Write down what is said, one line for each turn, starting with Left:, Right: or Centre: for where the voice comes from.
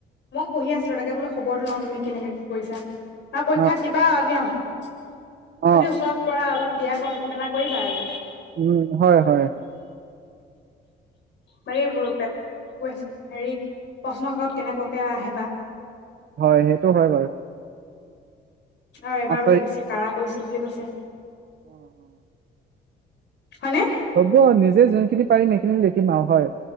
Left: মই পঢ়ি আছিলো তাকে বোলো খবৰটো লওঁ তুমি কেনেকে কি কৰিছা ন পৰীক্ষাত
Right: অ
Left: দিবা ন <unintelligible>
Right: অ অ
Left: যদি ওচৰত
Right: অ
Left: পোৱা অলপ বিয়া কম মেলা কৰিবা আৰু
Right: উম হয় হয় হয়
Left: মানে এইবোৰ পেপ কুয়ে হেৰি প্ৰশ্ন কাকত কেনেকুৱাকে আহে বা
Right: হয় সেইটো হয় বাৰু
Left: আৰু এবাৰ
Right: আঠ
Left: বোলে বেছি ক়াৰা কৰিছিল বুলি কৈছে।
Right: অহ অহ
Left: হয়নেে
Right: হ'ব নিজে যোনখিনি পাৰিম সেইখিনি লিখিম আৰু হয়